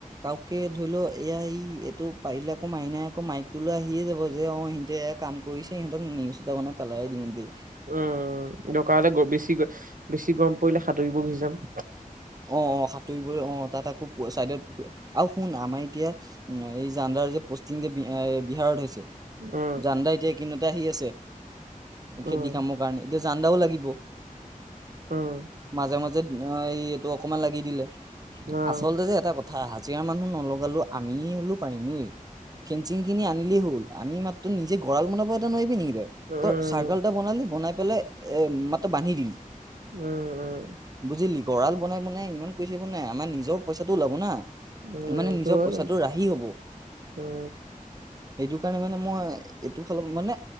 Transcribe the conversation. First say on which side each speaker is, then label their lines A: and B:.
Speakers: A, on the right; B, on the right.
A: কওকে ধৰি লও এয়া ই এইটো পাৰিলে আকৌ মাইনাই আকৌ মাইকটো লৈ আহিয়ে যাব যে অহ সিহঁতে। এক কাম কৰিছে সিহঁতক নিউজ এটা বনাই পেলাই দিওঁ দেই।
B: উম দৰকাৰ হলে গৈ বেছিকৈ বেছি গৰম পৰিলে সাঁতুৰিব গুচি যাম।
A: অহ সাঁতুৰিবলৈ অহ তাত আকৌ চাইডৰ পু আও শুন আমাৰ এই জান্দাৰ যে। যি যে বি বিহাৰত হৈছে
B: উম
A: জান্দা এতিয়া কিনতে আহি আছে। খেতি
B: উম
A: কামৰ কাৰণে এতিয়া জানদাও লাগিব।
B: উম
A: মাজে মাজে, ন এই এইটো অকমান লাগি দিলে
B: অ
A: আচলতে যে এটা কথা হাজিৰা মানুহ। নলগালো আমিয়ে হ'লে পাৰিমেই, ফেঞ্চিং খিনি আনিলেই হ'ল আমি মাত্ৰ নিজেই গৰাল বনাব, নোৱাৰিবি নেকি ত
B: উম
A: তই চাৰ্কল এটা বনালি বনাই পেলাই। এ মাত্ৰ বান্ধি দিল
B: উম উম
A: বুজিলি গঁৰাল। বনাই বনাই ইমান কৈ থাক নাই আমাৰ নিজৰ পইচাটো ওলাব না।
B: উম
A: মানে নিজৰ
B: সেইটো হয়
A: পইচাটো
B: বাৰু
A: ৰাহি হব
B: উম
A: সেইটো কাৰণে মানে, মই এইটো ফালে মানে